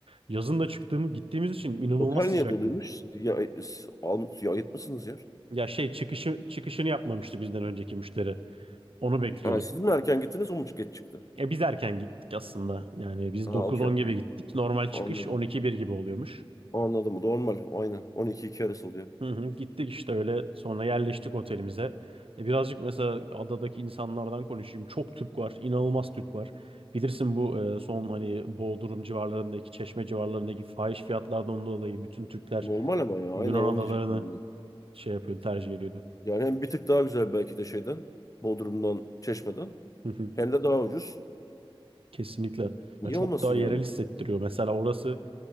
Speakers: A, on the right; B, on the left.
A: Yazın da çıktığım, gittiğimiz için inanılmaz
B: Otel
A: sıcaktı.
B: niye doluymuş? Siz- Ya, e, siz al, ya, ayıtmışsınız yer.
A: Ya şey çıkışı, çıkışını yapmamıştı bizden önceki müşteri. Onu bekliyorduk.
B: Ha, siz mi erken gittiniz o mu geç çıktı?
A: E biz erken gittik aslında. Yani biz
B: Ha
A: 9-10
B: okey okey.
A: gibi gittik. Normal çıkış
B: Anladım.
A: 12-1 gibi oluyormuş.
B: Anladım. Normal. Aynen. 12-2 arası oluyor.
A: Hı hı, gittik işte öyle sonra yerleştik otelimize. E, birazcık mesela adadaki insanlardan konuşayım. Çok Türk var, inanılmaz Türk var. Bilirsin bu e, son hani Bodrum civarlarındaki, Çeşme civarlarındaki fahiş fiyatlardan dolayı bütün Türkler
B: Normal ama ya.
A: Yunan
B: Aynen onu
A: adalarını
B: diyecektim ben de.
A: şey yapıyordu, tercih ediyordu.
B: Yani hem bir tık daha güzel belki de şeyden, Bodrum'dan, Çeşme'den.
A: Hı hı,
B: Hem de daha ucuz.
A: Kesinlikle.
B: Niye
A: Ya çok
B: olmasın
A: daha
B: yani?
A: yerel hissettiriyor. Mesela orası